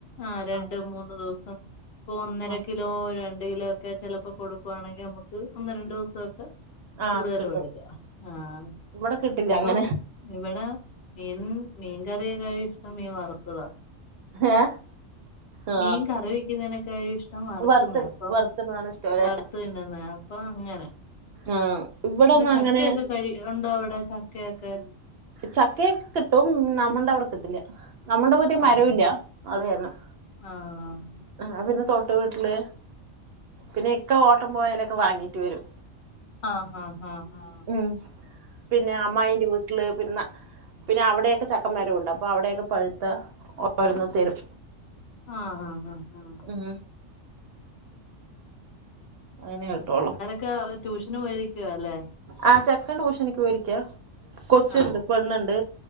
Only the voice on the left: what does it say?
ആഹ് രണ്ട്,
മൂന്ന് ദിവസം. ഇപ്പൊ ഒന്നര
കിലോ രണ്ട് കിലോ ഒക്കെ ചെലപ്പോ കൊടുക്കുവാണെങ്കിൽ നമ്മക്ക് ഒന്ന്, രണ്ട് ദിവസൊക്കെ
കൂടുതല്
വേടിക്കാ ആഹ്
അപ്പൊ
ഇവടെ മീൻ മീൻകറിയെക്കാ ഇഷ്ടം മീം വർത്തതാ
മീൻ കറി വെക്കുന്നതനെക്കാ ഇഷ് ട്ടം വർക്കുന്നേ
അപ്പൊ
വർത്ത് തിന്നുന്നേ അപ്പൊ അങ്ങനെ.
പിന്നെ
ചക്കയൊക്കെ
കഴി ഉണ്ടോ അവിടെ ചക്കയൊക്കെ?
ആഹ്
ആഹ്
ആഹ് ആഹ് ആഹ് ആ
ആഹ് ആഹ് ആഹ് ആഹ്
ക്ക ട്യൂഷനും പൊയിരിക്കുവ അല്ലെ
ആഹ്